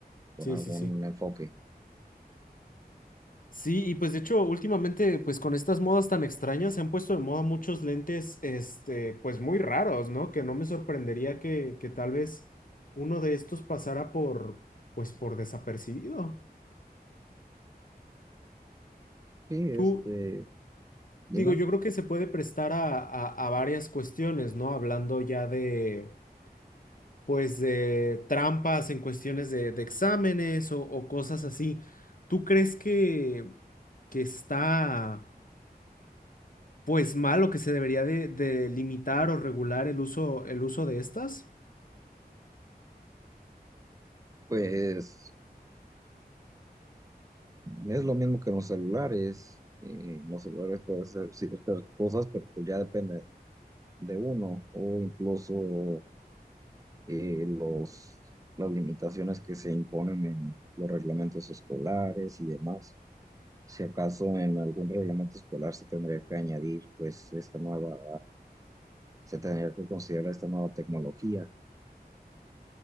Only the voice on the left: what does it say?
Sí,
sí, sí.
Sí, y pues de hecho, últimamente, pues con estas modas tan extrañas, se han puesto de moda muchos lentes, este, pues muy raros, ¿no? Que no me sorprendería que, que tal vez uno de estos pasara por, pues por desapercibido.
Tú,
digo, yo creo que se puede prestar a, a a varias cuestiones, ¿no? Hablando ya de pues de trampas en cuestiones de, de exámenes o, o cosas así. ¿Tú crees que, que está pues mal o que se debería de, de limitar o regular el uso, el uso de estas?